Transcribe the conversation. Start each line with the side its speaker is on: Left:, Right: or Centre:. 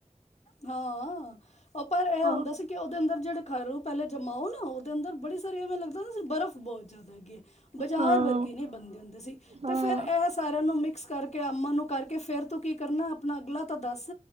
Left: ਹਾਂ ਉਹ ਪਰ ਇਹ
Right: ਹਾਂ
Left: ਹੁੰਦਾ ਸੀ ਕਿ ਉਹਦੇ ਅੰਦਰ ਜਿਹੜੇ ਖਰੋ ਪਹਿਲੇ ਜਮਾਓ ਨਾ ਉਹਦੇ ਅੰਦਰ ਬੜੀ ਸਾਰੀਵੇਂ ਲੱਗਦਾ ਨਾ ਬਰਫ਼ ਬਹੁਤ ਜ਼ਿਆਦਾ ਹੈਗੀ! ਬਾਜ਼ਾਰ
Right: ਹਾਂ
Left: ਵਰਗੀ ਨਹੀਂ ਬਣਦੀ ਹੁੰਦੀ ਸੀ
Right: ਹਾਂ
Left: ਤੇ ਫੇਰ ਇਹ ਸਾਰਿਆਂ ਨੂੰ ਮਿਕ- ਇਸ ਕਰਕੇ ਅਮਾ ਨੂੰ ਕਰਕੇ ਫੇਰ ਤੂੰ ਕੀ ਕਰਨਾ ਆਪਣਾ ਅਗਲਾ ਤਾਂ ਦੱਸ